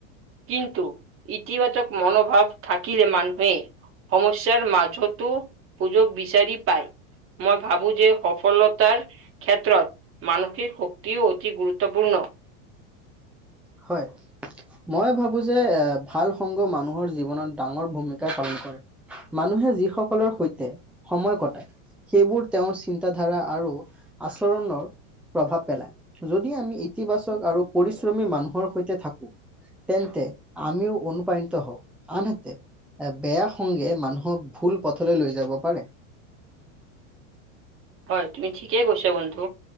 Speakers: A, on the right (about 30°); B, in the centre.
A: কিন্তু ইতিবাচক মনোভাৱ থাকিলে মানুহ। সমস্যাৰ মাজতো সুযোগ বিচাৰি পায়। মই ভাবো যে সফলতাৰ ক্ষেত্ৰত মানসিক। শক্তিও অতি গুৰুত্বপূৰ্ণ।
B: হয়। মই ভাবো যে এ ভাল সংগ মানুহৰ জীৱনত ডাঙৰ ভূমিকা পালন কৰে। মানুহে যিসকলৰ সৈতে সময় কটায়। সেইবোৰ তেওঁৰ চিন্তাধাৰা আৰু আচৰণৰ। প্ৰভাৱ পেলাই যদি আমি ইতিবাচক আৰু পৰিশ্ৰমী মানুহৰ সৈতে থাকো। তেন্তে আমিও অনুপ্ৰাণিত হওঁ আনহাতে। এ, বেয়া সংগে মানুহক, ভুল পথলৈ লৈ যাব পাৰে।
A: হয়, তুমি ঠিকে কৈছা বন্ধু।